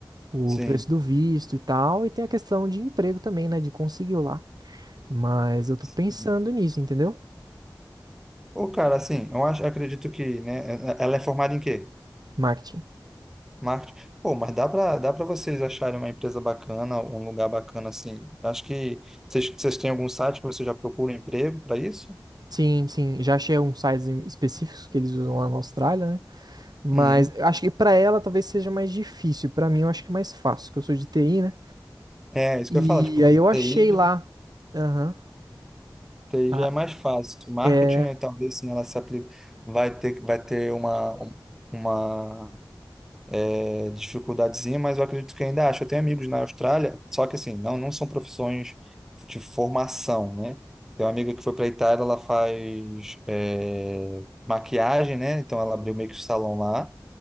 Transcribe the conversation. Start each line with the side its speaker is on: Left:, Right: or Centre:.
Right: o
Centre: sim.
Right: preço do visto e tal, e tem a questão de emprego também, né? De conseguir lá. Mas eu tô
Centre: sim.
Right: pensando nisso, entendeu?
Centre: Pô, cara, assim, eu acho, acredito que, né, eh, ela é formada em quê?
Right: Marketing.
Centre: Marketing. Pô, mas dá pra, dá pra vocês acharem uma empresa bacana, um lugar bacana, assim. Acho que vocês, vocês têm algum site que você já procura emprego para isso?
Right: Sim, sim. Já achei uns sites em- específicos que eles usam lá na Austrália, né? Mas
Centre: Uhum.
Right: eu acho que pra ela talvez seja mais difícil. Pra mim eu acho que é mais fácil, que eu sou de TI, né?
Centre: É, isso
Right: E
Centre: que eu ia falar, tipo,
Right: aí eu
Centre: TI
Right: achei lá. Aham.
Centre: TI
Right: Ah,
Centre: já é mais fácil. Marketing,
Right: é,
Centre: eh, talvez sim, ela se aplica, vai ter, vai ter uma, um- uma eh, dificuldadezinha, mas eu acredito que ainda acho. Eu tenho amigos na Austrália, só que assim, não, não são profissões de formação, né? Tem uma amiga que foi para a Itália, ela faz eh, maquiagem, né? Então ela abriu meio que o salão lá.